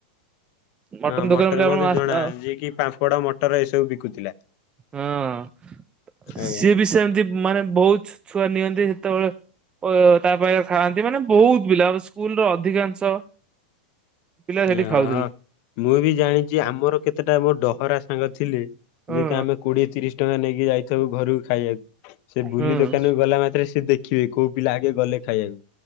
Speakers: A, on the right (about 20°); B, on the left (about 50°).
A: ମଟନ
B: ହଁ
A: ଦୋକାନ
B: ମଟର
A: ବୋଲି
B: ମତେ
A: ଆପଣ
B: ଜଣା ଯିଏ କି ପାମ୍ପଡ ମଟର ଏସବୁ ବିକୁଥିଲା।
A: ହଁ
B: ଆଜ୍ଞା
A: ସିଏ ବି ସେମିତି ମାନେ ବହୁତ ଛୁଆ ନିଅନ୍ତି ସେତେବେଳେ। ଓ ତାପ ପାଇଁ ଖାଆନ୍ତି ମାନେ ବହୁତ ପିଲା ସ୍କୁଲ ର ଅଧିକାଂଶ ପିଲା
B: <unintelligible>
A: ସେଠି ଖାଉଥିଲେ।
B: ମୁଁ ବି ଜାଣିଛି ଆମର କେତେଟା ମୋର ଡହରା ସାଙ୍ଗ ଥିଲେ।
A: ହଁ
B: ଯେ କିି ଆମେ କୋଡିଏ ତିରିଶ ଟଙ୍କା ନେଇକି ଯାଇଥାଉୁ ଘରକୁ ଖାଇବାକୁ ସେ ବୁଲି
A: ହୁଁ
B: ଦୋକାନକୁ ଗଲା ମାତ୍ରେ ସେ ଦେଖ ଦେଖିବେ କୋଉ ପିଲା ଆଗେ ଗଲେ ଖାଇବାକୁ